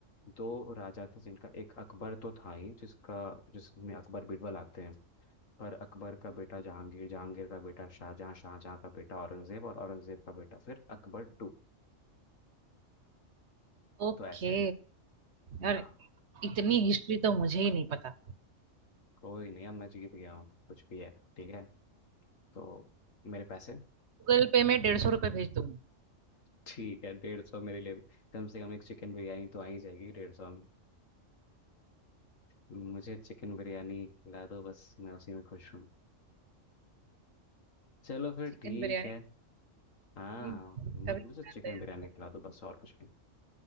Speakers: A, on the left; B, on the right.
A: दो राजा थे जिनका एक अकबर तो था ही जिसका जिसमें अकबर बीरबल आते हैं पर अकबर का बेटा जहांगीर जहांगीर का बेटा शाहजहां शाहजहां का बेटा औरंगजेब और औरंगजेब का बेटा फिर अकबर टू
B: ओके
A: तो ऐसे है
B: यार
A: हाँ
B: इतनी हिस्ट्री तो मुझे ही नहीं पता
A: कोई नहीं अब मैं जीत गया हूँ कुछ भी है ठीक है तो मेरे पैसे
B: गूगल पे में डेढ़ सौ रुपये भेज दूंगी
A: ठीक है डेढ़ सौ मेरे लिए कम से कम एक चिकन बिरयानी तो आ ही जाएगी डेढ़ सौ मुझे चिकन बिरयानी खिला दो बस मैं उसी में खुश हूँ चलो फिर
B: चिकन
A: ठीक
B: बिरयानी
A: है हाँ
B: हम्म,
A: मुझ-
B: कभी
A: मुझे
B: खिलाते
A: चिकन
B: हैं
A: बिरयानी खिला दो बस और कुछ नहीं